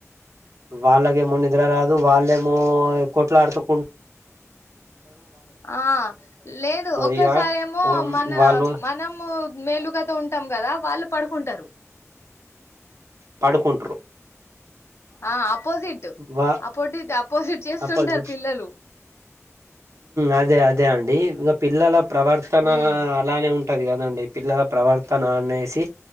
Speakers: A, on the right (about 65°); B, on the left (about 55°).
A: వాళ్ళగేమో నిద్ర రాదు వాళ్ళేమో కొట్లాటు కున్
B: ఆ లేదు ఒక్కసారిమో
A: ఇగ ఉమ్,
B: మన
A: వాళ్ళు
B: మనము మేలు తో ఉంటాం కదా వాళ్ళు పడుకుంటారు
A: పడుకుం
B: ఆ అపోజిట్
A: వా
B: అపోటి అపోజిట్ చేస్తుంటారు
A: అప్పటి
B: పిల్లలు
A: అదే అదే అండి ఇంకా పిల్లల ప్రవర్తన
B: ఉమ్
A: అలానే ఉంటది క అండి పిల్లల ప్రవర్తన అనేసి